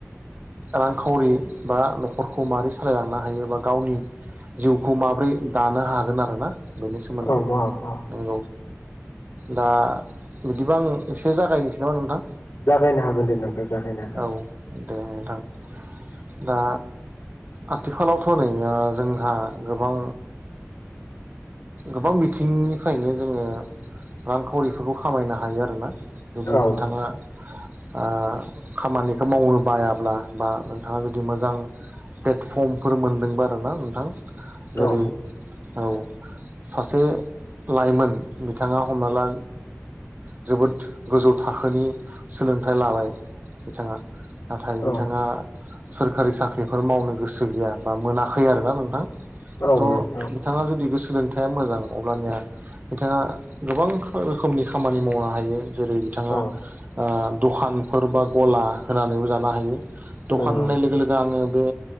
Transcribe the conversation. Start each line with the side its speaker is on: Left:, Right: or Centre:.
Right: रांखावरि बा न'खरखौ मारै सालायलांनो हायोबा गावनि जिउखौ माबोरै दानो हागोन आरोना बेनि सोमोनदै
Left: औ औ औ
Right: नंगौ दा बिदिबा आं एसे जागायनोसै नामा नोंथां?
Left: जागायनो हागोन दे नोंथां जागायनो हागोन
Right: औ दे नोंथां दा आथिखालावथ' नै आ जोंहा गोबां गोबां बिथिंनिफ्रायनो जोङो रांखावरिफोरखौ खामायनो हायो आरोना जुदि
Left: औ
Right: नोंथाङा आ खामानिखौ मावनो बायाब्ला बा नोंथाङा जुदि मोजां प्लेटफर्मफोर मोनदोंबा आरोना नोंथां जेरै
Left: औ
Right: औ सासे लाइमोन बिथाङा हमना ला जोबोद गोजौ थाखोनि सोलोंथाइ लाबाय बिथाङा नाथाय
Left: औ
Right: बिथाङा सोरखारि साख्रिफोर मावनो गोसो गैया बा मोनाखै आरोना नोंथां
Left: औ
Right: थ'
Left: नोंथां
Right: नोंथाङा जुदि गोसो सोलोंथाइया मोजां अब्लानिया बिथाङा गोबां रोखोमनि खामानि मावनो हायो जेरै बिथाङा
Left: औ
Right: दखानफोर बा गला होनानैबो जानो हायो द'खान
Left: नंगौ
Right: होननाय लोगो लोगो आङो बे